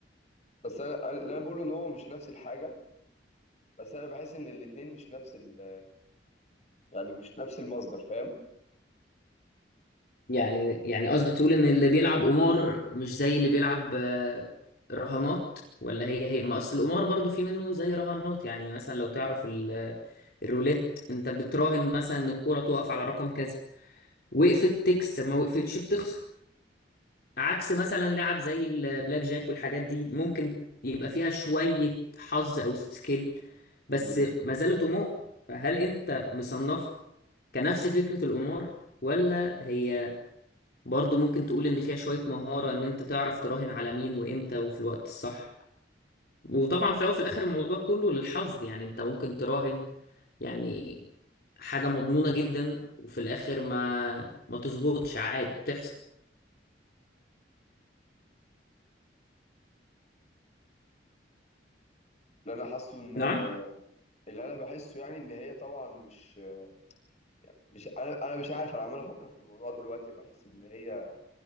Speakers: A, on the left (about 35°); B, on the left (about 55°).
A: بس انا أنا- اللي انا بقوله ان هو مش نفس الحاجه بس انا بحس ان الاتنين مش نفس ال يعني مش نفس المصدر فاهم
B: يعني يعني قصدك تقول ان اللي بيلعب قمار مش زي اللي بيلعب آه، رهانات ولا هي هي ما اصل القمار برضو في منه زي رهانات يعني مثلا لو تعرف ال- الروليت انت بتراهن مثلا ان الكوره تقف على رقم كذا وقفت تكسب ما وقفتش بتخسر عكس مثلا لعب زي البلاك جاك والحاجات دي ممكن يبقى فيها شوية حظ او سكيل بس
A: مم.
B: ما زالت قمار فهل انت مصنفها كنفس فكرة القمار ولا هي برضو ممكن تقول ان فيها شوية مهارة ان انت تعرف تراهن على مين وامتى وفي الوقت الصح وطبعا في الاول وفي الاخر الموضوع كله للحظ يعني انت ممكن تراهن يعني حاجة مضمونة جدا وفي الاخر ما ما تظبطش عادي بتحصل
A: اللي انا حاسه ان
B: نعم
A: اللي انا بحسه يعني ان هي طبعا مش آه، يعني مش انا انا مش عارف انا عمال افكر في الموضوع دلوقتي بحس ان هي